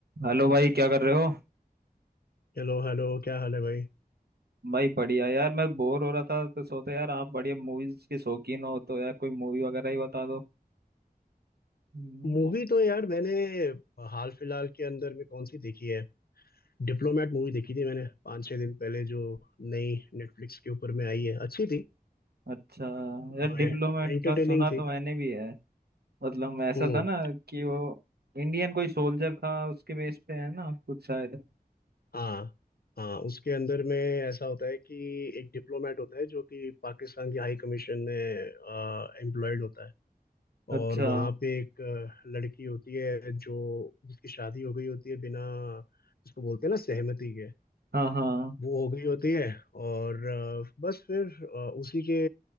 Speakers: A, on the right; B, on the left.
A: Hello भाई क्या कर रहे हो
B: हेलो हेलो क्या हाल है भाई
A: भाई बढ़िया यार मैं बोर हो रहा था तो सोचा यार आप बढ़िया मूवीज के शौकीन हो तो यार कोई मूवी वगैरह ही बता दो हम्म।
B: मूवी तो यार मैंने हाल फिलहाल के अंदर में कौन सी देखी है डिप्लोमेट मूवी देखी थी मैंने पाँच छह दिन पहले जो नई नेटफ्लिक्स के ऊपर में आई है अच्छी थी
A: अच्छा यार
B: एंटरटेनिंग
A: डिप्लोमेट का सुना तो
B: थी
A: मैंने भी है मतलब ऐसा
B: हम्म
A: था ना कि वो इंडियन कोई सोल्जर था उसके बेस पे है ना कुछ शायद
B: हाँ हाँ उसके अंदर में ऐसा होता है कि एक डिप्लोमेट होता है जो कि पाकिस्तान की हाई कमीशन में एम्प्लॉयड होता है
A: अच्छा
B: और वहाँ पे एक अ, लड़की होती है जो जिसकी शादी हो गई होती है बिना जिसको बोलते हैं ना सहमति के
A: हाँ हाँ
B: वो हो गई होती है और अ, बस फिर अ, उसी के